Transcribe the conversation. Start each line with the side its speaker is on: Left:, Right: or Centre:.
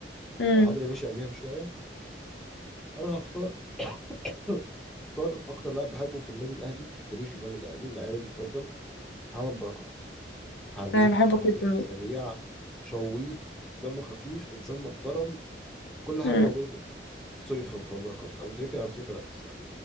Left: امم
Centre: الحضري ماشي قبلها بشويه انا هختار <clears throat> هختار اكتر لاعب بحبه في النادي الاهلي في تاريخ النادي الاهلي لاعبي المفضل محمد بركات حريف
Left: انا بحبه
Centre: خفيف
Left: جدا
Centre: سريع شويط دمه خفيف انسان محترم كل حاجه
Left: امم
Centre: موجوده في ابو تريكه سوري في في ابو بركات ابو تريكه ابو تريكه لا الصراحه